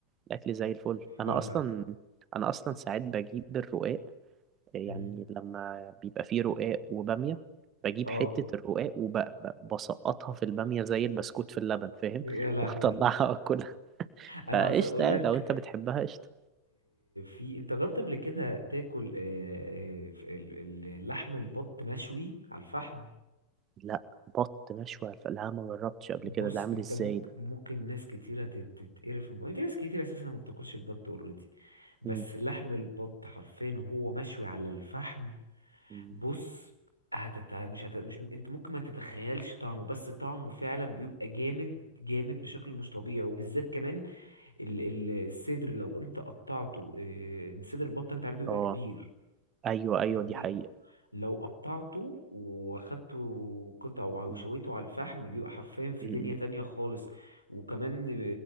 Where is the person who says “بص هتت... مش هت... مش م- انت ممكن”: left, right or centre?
Right